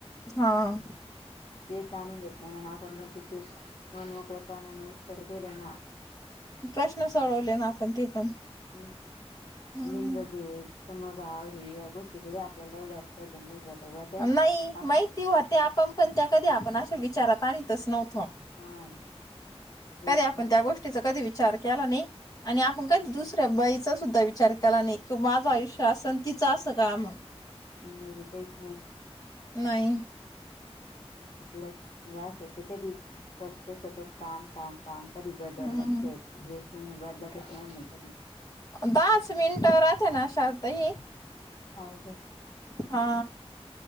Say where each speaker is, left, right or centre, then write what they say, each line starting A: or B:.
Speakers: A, on the left; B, on the left.
A: हां.
B: ते जाणून घेतल्यानाय आपण म्हणतो तेच मनमोकळ्यापनानं उत्तर दिलं ना
A: प्रश्न सोडवले ना आपण ते पण.
B: हम्म हं.
A: हम्म
B: लिंगभेद, समभाव ह्या गोष्टी थोडी आपल्याला एवढ्या. <unintelligible>
A: नाई
B: आपण
A: माहिती होत्या आपण पण त्या कधी आपण अशा विचारात आणितच न्हव तो.
B: हा तेच
A: कधी आपण
B: ना
A: त्या गोष्टीचा कधी विचार केला नाइ. आणि आपण काय दुसऱ्या बाईचा सुद्धा विचार केला नाही क माझं आयुष्य अस तिचं असं का मग.
B: हम्म काहीच नाही.
A: नाही,
B: शिकलं म्हणजे असं ते कधी फक्त सतत काम काम! काम कधी बदललत
A: हम्म
B: तर हेच नयी बदलतच नयी ना कधी.
A: दहाच मिनट राहात ना शालू ताई!
B: हाव का
A: हा